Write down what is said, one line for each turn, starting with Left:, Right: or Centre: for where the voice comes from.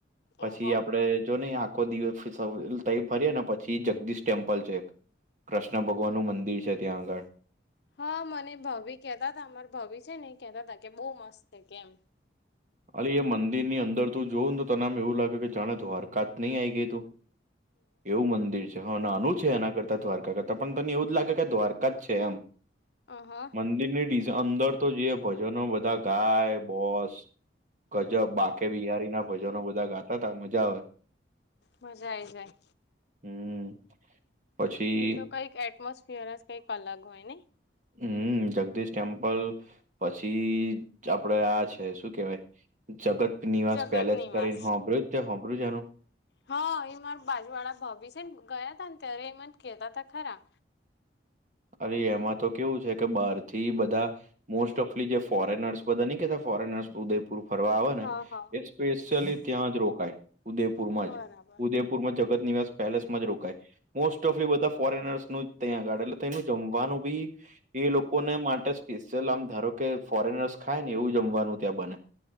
Right: પછી
Left: ઓહ
Right: આપડે જો નહીં. આખો દિવસ ત્ય ફરીએ ને, પછી જગદીશ ટેમ્પલ છે. કૃષ્ણ ભગવાનનું મંદિર છે, ત્યાં આગળ.
Left: હા, મને ભાભી કહેતા હતા. અમારા ભાભી છે ને, એ કેતા હતા કે બહુ મસ્ત છે એમ.
Right: અલી, એ મંદિર ની અંદર તું જોઉને, તને એવું લાગે કે જાણે તો હરકાત નહીં, આવી ગઈ તું. એવું મંદિર છે. હ, નાનું છે. એના કરતા દ્વારકા કરતાં પણ તને એવું જ લાગે કે દ્વારકા જ છે એમ.
Left: અહા
Right: મંદિરની અંદર તો જેઈ ભજનો બધા ગાય, બોસ. ગજબ બાકે બિહારીના ભજનો બધા ગાતા તા મજા આવે.
Left: મજા આઈ જાય.
Right: હમ પછી
Left: એ તો કઈક એટમોસ એ વરસ કઈક અલગ હોય ને.
Right: હમ્મ જગદીશ ટેમ્પલ પછી આપડે આ છે શું કેવાય? જગત નિવાસ
Left: જગત
Right: પેલેસ
Left: નિવાસ
Right: કરીને હોંભરું જ છે હોંભરું છે એનું
Left: હા એ માર બાજુ વાળા ભાભી છે ને ગયા તા ને ત્યારે એમાં જ કેતા તા ખરા.
Right: અરે
Left: કે
Right: એમાં તો કેવું છે કે બહાર થી બધા મોસ્ટ ઓફલી જે ફોરેનર્સ બધા નહી કેતા ફોરેનર્સ ઉદયપુર ફરવા આવેને
Left: હા હા
Right: એ સ્પેશિયલી ત્યાં જ રોકાય. ઉદયપુરમાં
Left: બરાબર
Right: જ. ઉદયપુરમાં જગત નિવાસ પેલેસમાં જ રોકાય મોસ્ટ ઓફલી એ બધા ફોરેનર્સનો જ ત્યાં ગાડે તેનું જમવાનું બી એ લોકોને માટે સ્પેશિયલ આમ ધારો કે ફોરેનર્સ ખાય ને એવું જમવાનું ત્યાં બને.